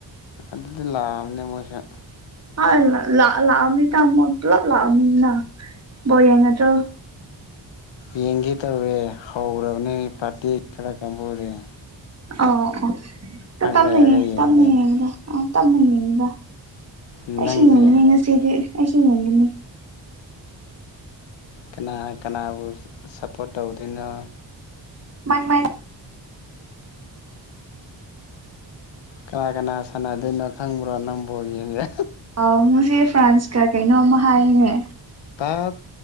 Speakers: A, on the left; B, on the right.
A: ꯑꯗꯨ ꯑꯗꯨ ꯂꯥꯛꯑꯕꯅꯦ ꯃꯣꯏꯁꯨꯦ
B: ꯍ ꯂ ꯏ ꯇꯃꯂ ꯂꯃꯤꯅ ꯌꯦꯉꯗꯣ
A: ꯌꯦꯡꯒꯤꯤ ꯇꯋꯦ ꯍꯥꯎꯔꯥꯕꯅꯤ ꯄꯔꯇꯤ ꯈ ꯆꯦꯝꯕꯨꯔꯤꯦ
B: ꯑ ꯑ ꯑ ꯇꯝꯃꯦꯌꯦꯦ
A: ꯂꯩꯔꯒ ꯌꯦꯡꯗꯣꯏꯅꯦ
B: ꯇꯝꯃꯦꯌꯦꯦꯗ ꯑꯥ ꯇꯝꯅꯤꯡꯉꯗ
A: ꯅꯪꯗꯤ
B: ꯑꯩꯁꯨ ꯌꯦꯡꯅꯤꯡꯉ ꯉꯁꯤꯗꯤ ꯑꯁ ꯅꯗꯅꯤ
A: ꯀꯅꯥ ꯀꯅꯥꯕꯨ ꯁꯞꯄꯣꯔꯠ ꯇꯧꯗꯣꯏꯔꯤꯅꯣ
B: ꯃ ꯃ
A: ꯀꯅꯥ ꯀꯅꯥ ꯁꯥꯟꯅꯗꯣꯏꯅꯣ ꯈꯪꯕ꯭ꯔꯣ ꯅꯪꯕꯨꯣꯒꯤ ꯌꯦꯡꯁ
B: ꯑ ꯃꯣꯏꯁꯦ ꯐ꯭ꯔꯥꯟꯁꯀ ꯀꯩꯅꯣ ꯑꯃ ꯍꯥꯏꯅꯦ
A: ꯇꯞ